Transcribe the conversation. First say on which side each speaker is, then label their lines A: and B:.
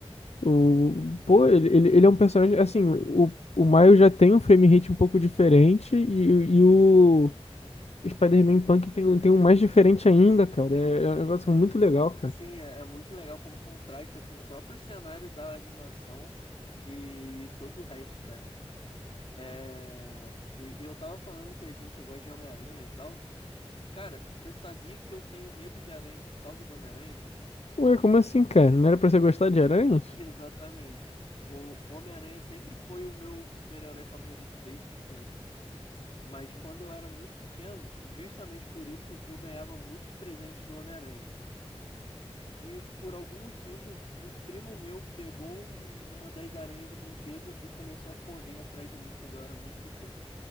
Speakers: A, on the left; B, on the left.
A: O, pô, ele, ele, ele é um personagem. Assim, o, o Miles já tem um frame rate um pouco diferente e, e o. Spider-Man Punk tem, tem um mais diferente ainda, cara.
B: sim.
A: É, é um negócio muito legal, cara.
B: Sim, é, é muito legal como contrasta com o próprio cenário da animação e, todo o resto, cara. É, e, e eu tava falando que a gente gosta de Homem-Aranha e tal. Cara, você sabia que eu tenho medo de aranha por causa do Homem-Aranha?
A: Ué, como assim, cara? Não era pra você gostar de aranhas?
B: <laughs> Exatamente. O Homem-Aranha sempre foi o meu super-herói favorito desde pequeno. Mas quando eu era muito pequeno, justamente por isso eu ganhava muitos presentes do Homem-Aranha. E por algum motivo, um primo meu pegou um- uma das aranhas de brinquedo e começou a correr atrás de mim quando eu era muito pequeno.